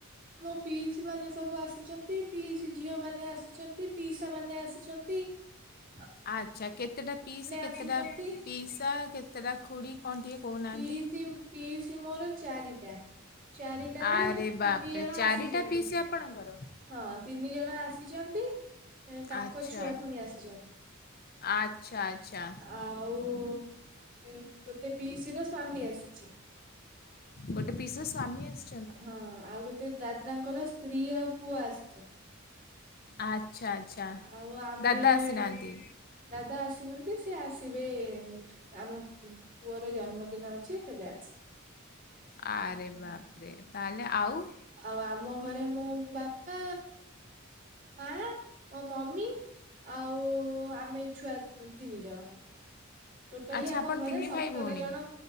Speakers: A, on the right; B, on the left.
A: ମୋ ପିଇସୀ ମାନେ ସବୁ ଆସିଚନ୍ତି ପିଇସୀ ଝିଅ ମାନେ ଆସିଚନ୍ତି ପିଇସା ମାନେ ଆସିଚନ୍ତି। <inaudible>
B: ଆଚ୍ଛା କେତେଟା ପିଇସୀ କେତେଟା
A: ଆସିଛନ୍ତି
B: ପିଇସା କେତେଟା ଖୁଡ଼ି କଣ ଟିକେ କହୁନାହାନ୍ତି?
A: ପିଇସୀ ପିଇସୀ ମୋର ଚାରିଟା ଚାରିଟାରୁ
B: ଆରେ
A: ତିନି
B: ବାପରେ
A: ଜଣ
B: ଚାରିଟା
A: ଆସିଚନ୍ତି।
B: ପିଇସି ଆପଣଙ୍କର?
A: ହଁ ତିନି ଜଣ ଆସିଚନ୍ତି ତାଙ୍କ
B: ଆଚ୍ଛା
A: ଛୁଆ ପୁଣି ଆସିଛନ୍ତି।
B: ଆଚ୍ଛା ଆଚ୍ଛା।
A: ଆଉ ଗୋଟେ ପିଇସୀର ସ୍ଵାମୀ ଆସିଚି।
B: ଗୋଟେ ପିଇସୀର ସ୍ଵାମୀ ଆସି
A: ହଁ ଆଉ ଗୋଟେ ଦାଦାଙ୍କର ସ୍ତ୍ରୀ ଆଉ ପୁଅ ଆସିଛନ୍ତି।
B: ଆଚ୍ଛା ଆଚ୍ଛା
A: ଆଉ ଆମେ
B: ଦାଦା ଆସିନାହାନ୍ତି?
A: ଦାଦା ଆସିନାହାନ୍ତି ସିଏ ଆସିବେ ଆମ ପୁଅର ଜନ୍ମଦିନ ଅଛି ସେବେ ଆସିବେ।
B: ଆରେ ବାପ୍ରେ ତାହେଲେ ଆଉ
A: ଆଉ ଆମ ଘରେ ମୋ ବାପା ମା ମୋ ମମି ଆଉ ଆମେ ଛୁଆ ତିନି ଜଣ। ଟୋଟାଲି
B: ଆଚ୍ଛା
A: ଆମ
B: ଆପଣ
A: ଘରେ
B: ତିନି
A: ସତର
B: ଭାଇ ଭଉଣୀ
A: ଜଣ-